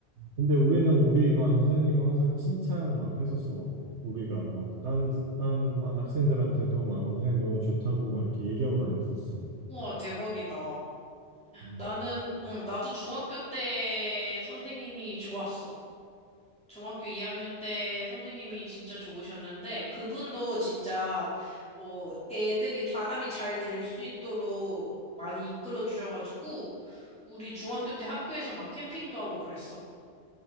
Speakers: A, on the right; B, in the centre.
A: 근데 우리는 우리 반 선생님은 항상 칭찬 막 했었어. 막 우리가 막 딴, 딴 반 학생들한테도 막 우리 선생님 너무 좋다고 막 이렇게 얘기하고 다녔었어.
B: 우와, 대박이다.
A: 음.
B: 나는, 응, 나도 중학교 때 선생님이 좋았어. 중학교 2학년 때 선생님이 진짜 좋으셨는데, 그분도 진짜, 어, 애들이 단합이 잘 될 수 있도록 많이 이끌어 주셔가지고, 우리 중학교 때 학교에서 막 캠핑도 하고 그랬어.